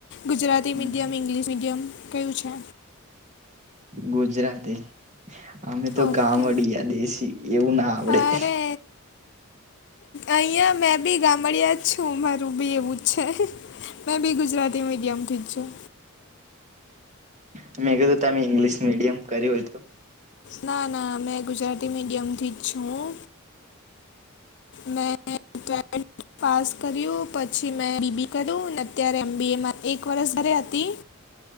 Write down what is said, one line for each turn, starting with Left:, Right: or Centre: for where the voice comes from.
Left: ગુજરાતી
Right: હમ
Left: મીડિયમ. ઈંગ્લિશ મીડિયમ કયું છે?
Right: ગુજરાતી. અમે તો
Left: ઓકે
Right: ગામડિયા દેશી એવું ના આવડે.
Left: અરે અહીંયા મેં બી ગામડિયા જ છું. મારું બી એવું જ છે મેં બી ગુ ગુજરાતી મીડિયમ થી જ છું.
Right: હ મેં કીધું, તમે ઇંગ્લિશ મિડિયમ કર્યું હોય તો!
Left: ના. ના મેં ગુજરાતી મીડિયમથી જ છું. મેં ટ્વેલ્થ પાસ કર્યું પછી મેં બી બી એ. કરું અત્યારે એમ બી એ. એક વરસ ઘરે હતી